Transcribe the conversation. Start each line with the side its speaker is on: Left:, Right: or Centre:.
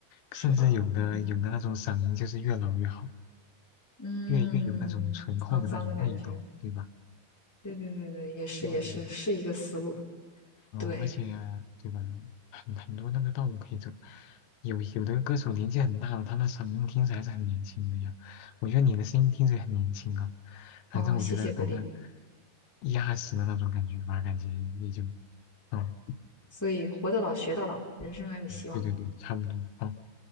Centre: <laughs> 是吧？
Left: 甚至有的有的那种嗓音就是越老越好，
Centre: 嗯嗯，
Left: 越越有那种醇厚的那种味道，
Centre: 沧桑的感觉。
Left: 对吧？
Centre: 对对对对，也是也是，
Left: 啊，对。
Centre: 是一个思路。
Left: 嗯，
Centre: 对，
Left: 而且对吧，很很多那个道路可以走，有有的歌手年纪很大了，他那嗓音听着还是很年轻的呀。我觉得你的声音听着也很年轻啊，反正我觉得反正
Centre: 哦，谢谢鼓励。
Left: 一二十的那种感觉吧，感觉也就，嗯，
Centre: 所以活到老学到老，人生还有希望。
Left: 对对对，差不多。嗯